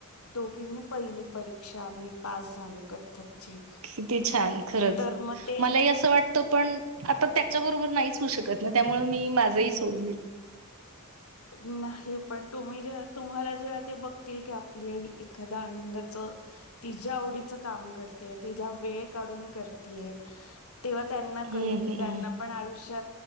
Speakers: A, on the left; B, on the right.
A: दोघीनी पहिली परीक्षा आम्ही पास झालो कथ्थकची
B: किती छान खरच
A: तर मग ते
B: मलाही असं वाटत पण आता त्या बरोबर नाहीच होऊ शकत ना त्यामुळे मी माझही सोड
A: नाही पण तुम्ही जेव्हा तुम्हाला जेव्हा ते बघतिल की आपली आई एखादया आनंदाच तिच्या आवडीच काम करतेय तिला वेळ काढून करतेय तेव्हा त्यांना
B: हम्म
A: कळेल की
B: हम्म
A: त्यांना पण आयुष्यात